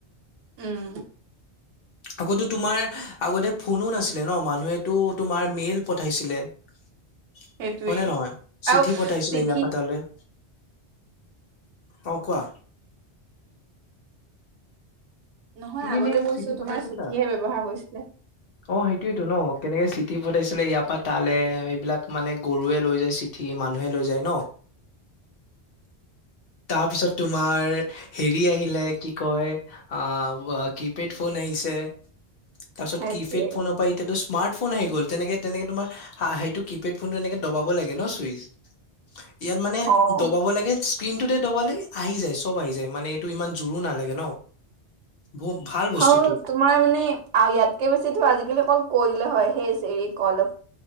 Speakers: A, on the right (about 80°); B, on the left (about 60°).
A: উম
B: আকৌ তোমাৰ আগতে ফোনো নাছিলে ন মানুহেতো তোমাৰ মেইল পঠাইছিলে হয়নেে
A: সেইটোৱেই
B: নহয় চিঠি
A: আৰু
B: পঠাইছিলে
A: চিঠি
B: ইয়াৰ পৰা তলে। অ কোৱা
A: নহয়
B: তুমি
A: আগতে
B: নে
A: কৈছো
B: চিঠি পঠাই
A: তোমাৰ
B: চাইছা?
A: চিঠিহে ব্যৱহাৰ কৰিছিলে
B: অ সেইটোয়ো ন কেনেকে চিঠি পঠাইছিলে ইয়াৰ পৰা তালে এইবিলাক মানে গৰুৱে লৈ যায় চিঠি মানুহে লৈ যায় ন তাৰ পিছত তোমাৰ হেৰি আহিলে কি কয় অ কিপেড ফোন আহ হিছে তাৰপিছত
A: সেইটোৱে
B: কী পেড ফোনৰ পৰা এতিয়া টো চ স্মাৰ্টফোন আহি গ'ল তেনেকে তেনেকৈ তোমাৰা সেইটো কিপেড ফোনটো এনেকৈ দবাব লাগে ন ছুইচ ইয়াত মানে
A: অ
B: দবাব লাগে স্ক্ৰিনটোতে দবালে আহি যায় সব আহি যায় মানে এইটো ইমান জোৰো নালাগে ন বহু ভাল বস্তুটো
A: হ তোমাৰ মানে ইয়াতকে বেছি টো আজিকালি অকল কৈ দিলে হয় সেই চেৰি কল ড